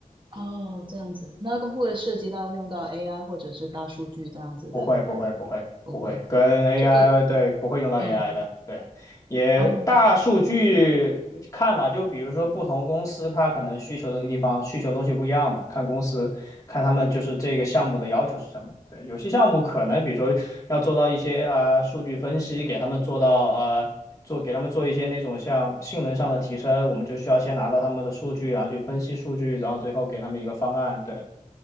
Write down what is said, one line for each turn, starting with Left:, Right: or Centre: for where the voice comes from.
Right: 哦，这样子，那个会涉及到用到 AI 或者是大数据这样子的，
Left: 不会，不会，不会，
Right: 不会，
Left: 不会，跟 AI
Right: 就
Left: 对，不会用到
Right: 嗯
Left: AI 的，对，也大数据看吧，
Right: 哦
Left: 就比如说不同公司它可能需求的地方需求的东西不一样嘛，看公司看他们就是这个项目的要求是什么，对，有些项目可能比如说要做到一些呃数据分析，给他们做到呃做给他们做一些那种像性能上的提升，我们就需要先拿到他们的数据，然后去分析数据，然后最后给他们一个方案，对。